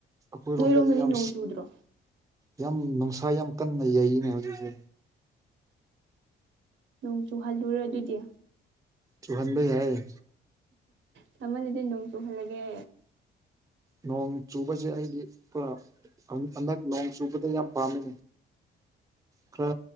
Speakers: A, on the right; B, on the right.
A: ꯑꯩꯈꯣꯏꯔꯣꯝꯗꯗꯤ
B: ꯅꯣꯏꯔꯣꯝꯗꯗꯤ
A: ꯌꯥꯝ
B: ꯅꯣꯡ ꯆꯨꯗ꯭ꯔꯣ
A: ꯌꯥꯝ ꯅꯨꯡꯁꯥ ꯌꯥꯝ ꯀꯟꯅ ꯌꯩꯅꯦ ꯍꯧꯖꯤꯛꯁꯦ
B: ꯅꯣꯡ ꯆꯨꯍꯜꯂꯨꯔ ꯑꯗꯨꯗꯤ
A: ꯆꯨꯍꯟꯕ ꯌꯥꯏꯌꯦ
B: ꯁꯃꯜꯂꯗꯤ ꯅꯣꯡ ꯆꯨꯍꯜꯂꯒꯦ
A: ꯅꯣꯡ ꯆꯨꯕꯁꯦ ꯑꯩꯗꯤ ꯄꯨꯔꯥ ꯍꯟꯗꯛ ꯅꯣꯡ ꯆꯨꯕꯗ ꯌꯥꯝ ꯄꯥꯝꯃꯦ ꯈꯔ